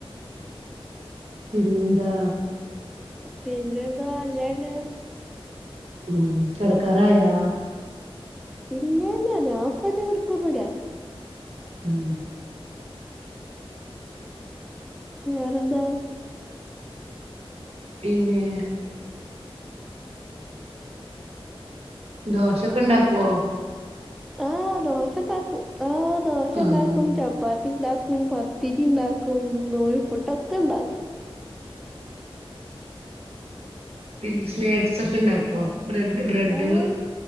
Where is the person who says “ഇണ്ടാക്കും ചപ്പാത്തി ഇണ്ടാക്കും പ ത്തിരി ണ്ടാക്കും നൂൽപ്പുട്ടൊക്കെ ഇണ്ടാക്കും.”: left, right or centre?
Centre